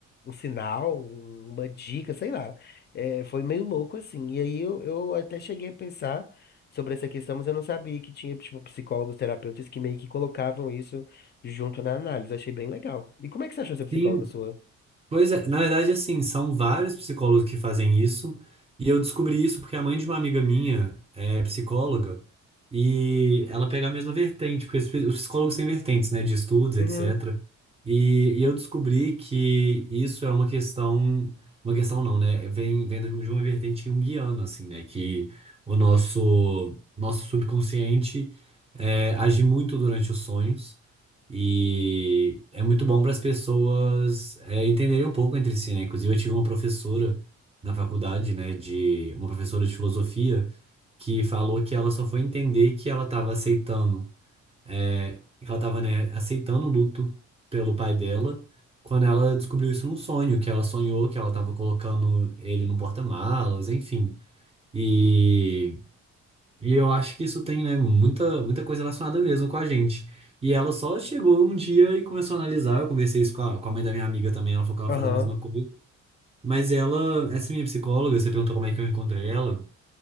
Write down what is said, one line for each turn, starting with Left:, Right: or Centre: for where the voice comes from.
Left: um sinal, um- uma dica, sei lá. É, foi meio louco, assim. E aí eu, eu até cheguei a pensar sobre essa questão, mas eu não sabia que tinha, tipo, psicólogos, terapeutas que meio que colocavam isso junto na análise. Achei bem legal. E como é que você achou essa psicóloga
Right: Sim,
Left: sua?
Right: Pois é, na verdade, assim, são vários psicólogos que fazem isso, e eu descobri isso porque a mãe de uma amiga minha é psicóloga, e ela pega a mesma vertente, porque os pi- os psicólogos têm vertentes, né, de estudos,
Left: Uhum.
Right: etc. E, e eu descobri que isso é uma questão, uma questão não, né, vem, vem de uma vertente junguiana, assim, né, que o nosso, nosso subconsciente é, age muito durante os sonhos, e é muito bom para as pessoas é, entenderem um pouco entre si, né? Inclusive, eu tive uma professora na faculdade, né, de uma professora de filosofia, que falou que ela só foi entender que ela estava aceitando, é, que ela estava, né, aceitando o luto pelo pai dela, quando ela descobriu isso num sonho, que ela sonhou que ela estava colocando ele no porta-malas, enfim. E e eu acho que isso tem, né, muita, muita coisa relacionada mesmo com a gente. E ela só chegou um dia e começou a analisar. Eu conversei isso com a, com a mãe da minha amiga também, ela falou que ela
Left: Aham.
Right: faz a mesma coisa. Mas ela, essa minha psicóloga, você perguntou como é que eu encontrei ela.